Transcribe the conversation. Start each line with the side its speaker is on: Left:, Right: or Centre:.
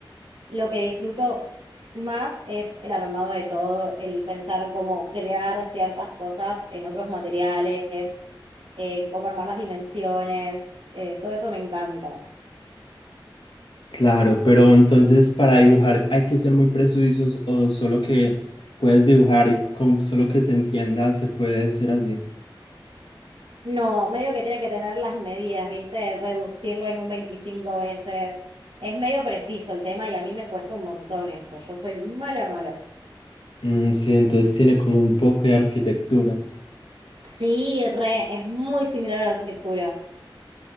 Right: Lo que disfruto más es el armado de todo, el pensar cómo crear ciertas cosas en otros materiales, en cómo armar las dimensiones, eh, todo eso me encanta.
Left: claro, pero entonces para dibujar hay que ser muy precisos o solo que puedes dibujar y con solo que se entienda se puede ser así.
Right: No, medio que tiene que tener las medidas, ¿viste? Reducirlo en un 25 veces. Es medio preciso el tema y a mí me cuesta un montón eso. Yo soy mala, mala.
Left: Mm, sí, entonces tiene como un poco de arquitectura.
Right: Sí, re, es muy similar a la arquitectura.